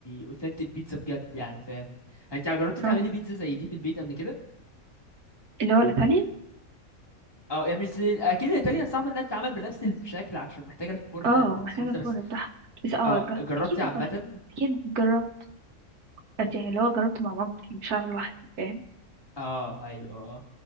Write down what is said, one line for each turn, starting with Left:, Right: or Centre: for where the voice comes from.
Left: اوثنتيك بيتزا بجد يعني فاهمك انت جربت تعملي
Right: اه
Left: بيتزا زي دي في البيت قبل كده
Right: اللي هو الإيطاليان
Left: اه يعني مش زي اكيد الايطاليان صعب انها تتعمل بنفس الشكل عشان محتاجه الفرن
Right: اه
Left: المخصوص
Right: محتاجة الفرن
Left: ده بس
Right: بتاعها بس اه
Left: اه
Right: جا-
Left: جربتي
Right: أكيد
Left: عامه
Right: أكيد جربت بس يعني اللي هو جربته مع مامتي مش هعمل لوحدي فاهم
Left: اه ايوه اه